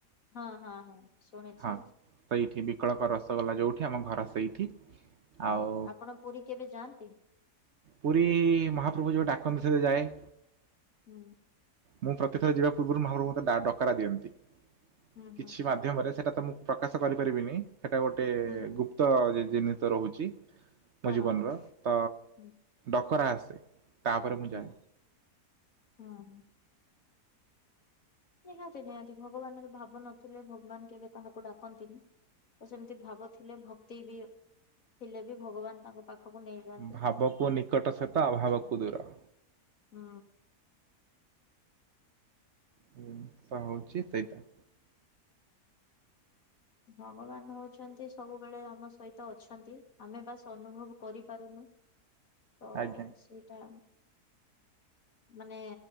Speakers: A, on the left; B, on the right.
A: ହଁ ହଁ ହଁ। ଶୁଣିଛି।
B: ହଁ ତଇଠି ବିକଳକ ର ରସଗୋଲା ଯୋଉଠି ଆମ ଘର ସେଇଠି
A: ହୁଁ
B: ଆଉ
A: ଆପଣ ପୁରୀ କେବେ ଯାଆନ୍ତି?
B: ପୁରୀ ମହାପ୍ରଭୁ ଯେବେ ଡାକନ୍ତି ସେବେ ଯାଏ।
A: ହୁଁ।
B: ମୁଁ ପ୍ରତିଥର ଯିବା ପୂର୍ବରୁ ମହାପଭୁ ମତେ ଡା ଡ କରା ଦିଅନ୍ତି।
A: ହୁଁ ହୁଁ
B: କିଛି ମାଧ୍ୟମରେ ସେଇଟା ତ ମୁଁ ପ୍ରକାଶ କରିପାରିବିନି ସେଇଟା ଗୋଟେ
A: ହୁଁ
B: ଗୁପ୍ତ ଜି ଜିନିିଷ ରହୁଛି।
A: ହଁ
B: ମୋ ଜୀବନର ତ
A: ହୁଁ
B: ଡକରା ଆସେ ସେ ତାପରେ ମୁଁ
A: ହୁଁ
B: ଯାଏ।
A: ହୁଁ। ନିହାତି ନିହାତି ଭଗବାନର ଭାବ ନଥିଲେ ଭଗବାନ କେବେ କାହାକୁ ଡାକନ୍ତିନି ତ ସେମିତି ଭାବ ଥିଲେ ଭକ୍ତି ବି ଥିଲେ ବି ଭଗବାନ ତାଙ୍କ ପାଖକୁ ନେଇଯାଆନ୍ତି।
B: ଭାବକୁ ନିକଟ ସହିତ ଅଭାବକୁ ଦୂର
A: ହୁଁ।
B: ଜିନିଷ ହେଉଛି ସେଇଟା
A: ଭଗବାନ ହଉଛନ୍ତି ସବୁବେଳେ ଆମ ସହିତ ଅଛନ୍ତି ଆମେ ବାସ୍ ଅନୁଭବ କରିପାରୁନୁ। ତ
B: ଆଜ୍ଞା
A: ସେଇଟା ମାନେ